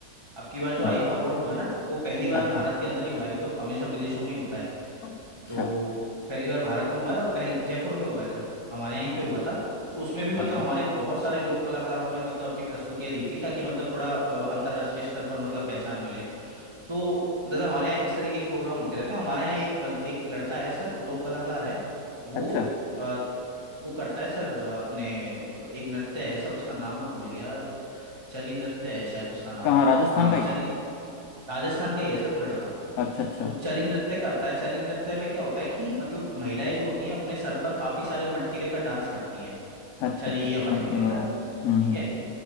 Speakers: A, on the right; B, on the left.
A: अब की बार जो
B: नहीं
A: आईफा अवार्ड हुआ है ना वो पहली बार
B: अच्छा
A: भारत के अंदर ही हुआ है नहीं तो हमेशा विदेशों में ही होता है
B: अच्छा
A: तो पहली बार भारत में हुआ है और पहल जयपुर में हुआ है सर हमारे यहीं पे हुआ था तो उसमें भी मतलब
B: बढ़िया
A: हमारे बहुत सारे लोक कलाकारों ने मतलब अपनी प्रस्तुतियां दी थी ताकि मतलब थोड़ा अ, अंतर्राष्ट्रीय स्तर पर मतलब पहचान मिले तो मतलब हमारे यहाँ इस तरीके के प्रोग्राम होते रहते हैं हमारे यहाँ एक बन, एक लड़का है सर लोक कलाकार है वो
B: अच्छा
A: अ, वो करता है सर अपने एक नृत्य है सर उसका नाम मैं भूल गया चरी नृत्य है शायद उसका नाम
B: कहाँ राजस्थान
A: हाँ
B: का ही
A: चरी राजस्थान का ही है सर वो लड़का
B: अच्छा अच्छा
A: तो चरी नृत्य करता है चरी नृत्य में क्या होता है कि मतलब महिलाएं जो होती हैं अपने सर पर काफी सारे मटके लेकर डांस करती हैं
B: अच्छा
A: चरी
B: अच्छा अच्छा
A: या मटके
B: समझ गया
A: लेकर
B: मैं वो हम्म
A: ठीक
B: हम्म
A: है